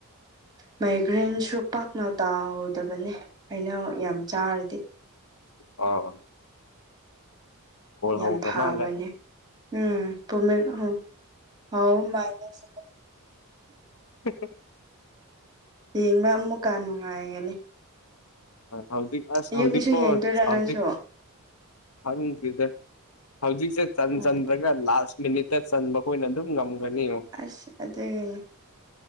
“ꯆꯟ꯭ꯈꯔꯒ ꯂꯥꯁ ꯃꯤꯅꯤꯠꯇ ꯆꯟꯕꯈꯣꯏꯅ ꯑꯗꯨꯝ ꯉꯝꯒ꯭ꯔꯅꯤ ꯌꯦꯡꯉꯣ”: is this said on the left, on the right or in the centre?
Left